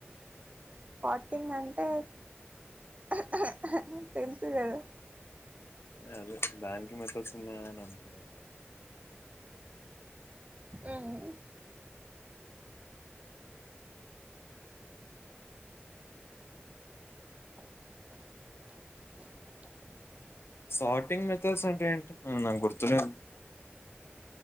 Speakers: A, on the right (about 35°); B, on the left (about 70°).
A: పార్టింగ్ అంటే హ హ హ్ తెలుసు కదా
B: అదే దానికి <unintelligible> వస్తున్నాయ అనుకున్నా
A: ఊమ్ <unintelligible>
B: సార్టింగ్ మెథడ్స్ అంటే ఏంటి ఉమ్ నాకు గుర్తు లేదు.